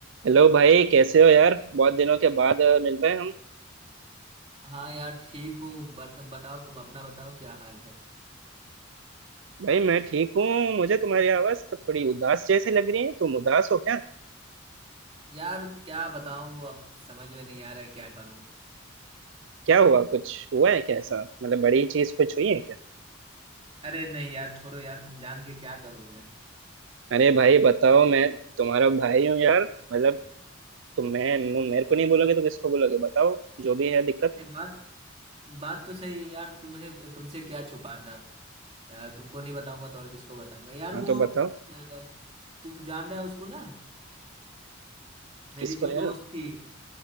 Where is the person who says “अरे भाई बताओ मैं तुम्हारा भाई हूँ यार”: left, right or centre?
Right